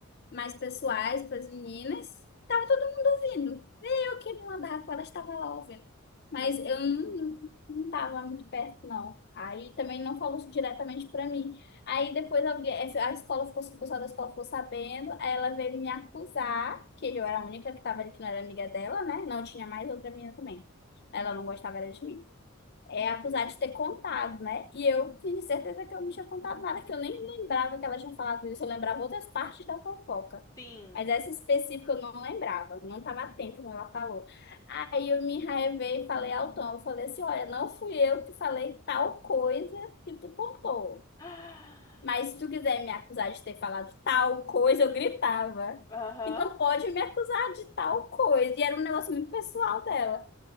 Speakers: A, on the left (about 50°); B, on the left (about 15°).
A: mais pessoais para as meninas. Tava todo mundo ouvindo. Nem eu que me mandava com elas estava lá ouvindo. Mas
B: Uhum,
A: eu não, não tava muito perto, não. Aí também não falou diretamente para mim. Aí depois alguém, a escola ficou, o pessoal da escola ficou sabendo, aí ela veio me acusar, que eu era a única que tava ali que não era amiga dela, né? Não tinha mais outra menina também. Ela não gostava era de mim é
B: uhum.
A: acusar de ter contado, né? E eu tinha certeza que eu não tinha contado nada, que eu nem lembrava que ela tinha falado isso. Eu lembrava outras partes da fofoca.
B: Sim.
A: Mas essa específica eu não lembrava, eu não estava atenta quando ela falou. Aí eu me enraivei e falei ao Tom, eu falei assim, olha, não fui eu que falei tal coisa que tu contou.
B: <gasps> Ah,
A: Mas se tu quiser me acusar de ter falado tal coisa, eu gritava.
B: Aham.
A: Então pode me acusar de tal coisa. E era um negócio muito pessoal dela.